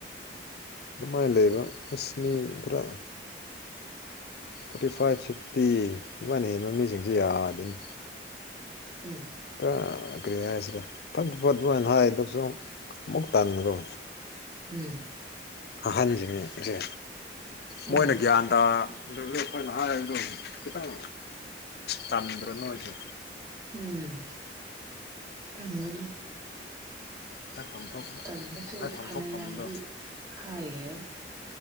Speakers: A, on the left; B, on the right.
A: ꯑꯗꯨꯃꯥꯏꯅ ꯂꯩꯕ ꯏꯁꯅꯤ ꯄꯨꯔꯥ ꯐꯣꯔꯇꯤ ꯐꯥꯏꯚ ꯐꯤꯐꯇꯤ ꯏꯃꯥꯏꯅ ꯍꯦꯟꯕ ꯃꯤꯁꯤꯡꯁꯦ ꯌꯥꯗꯅꯤ
B: ꯎꯝ
A: ꯄꯨꯔ ꯀꯔꯤ ꯍꯥꯏꯁꯤꯔꯦ ꯐꯠ ꯐꯠꯇꯨꯅ ꯍꯥꯏꯗꯨꯁꯨ ꯑꯃꯨꯛ ꯇꯟꯈꯣ
B: ꯎꯝ
A: ꯑꯍꯟꯁꯤꯡꯁꯦ
B: ꯎꯝ
A: ꯃꯣꯏꯅ ꯒ꯭ꯌꯥꯟꯗ ꯑꯗꯨꯒꯤ ꯑꯩꯈꯣꯏꯅ ꯍꯥꯏꯕꯗꯣ ꯈꯤꯇꯪ ꯆꯟꯗ꯭ꯔꯣ ꯅꯣꯏꯁꯨ
B: ꯎꯝ ꯊꯪꯒꯅꯤ
A: ꯍꯥꯏꯐꯝ ꯊꯣꯛꯄ
B: ꯇꯜꯗꯁꯨ
A: ꯍꯥꯏꯐꯝ
B: ꯐꯅꯌꯥꯝꯗꯤ
A: ꯊꯣꯛꯐꯝꯗꯣ
B: ꯍꯥꯏꯈ꯭ꯔꯦ